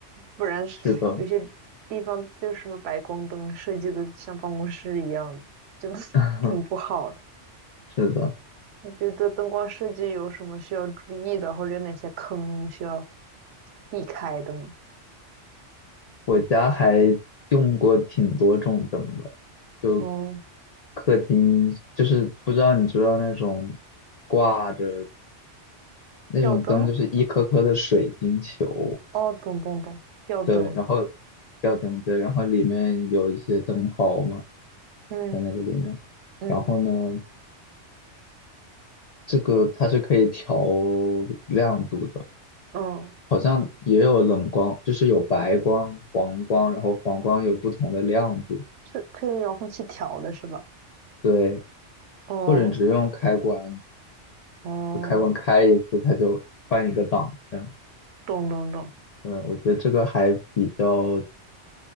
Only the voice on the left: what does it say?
是的，
<laughs>
是的，
我家还用过挺多种灯的，就
客厅就是不知道你知道那种挂着那种灯，
就是一颗颗的水晶球，
对，然后吊灯对，然后里面有一些灯泡嘛，
在那个里面，
然后呢，这个它是可以调亮度的。
好像也有冷光，就是有白光、黄光，然后黄光有不同的亮度。
对，
或者只用开关，
就开关开一次，它就换一个档，这样。
嗯，我觉得这个还比较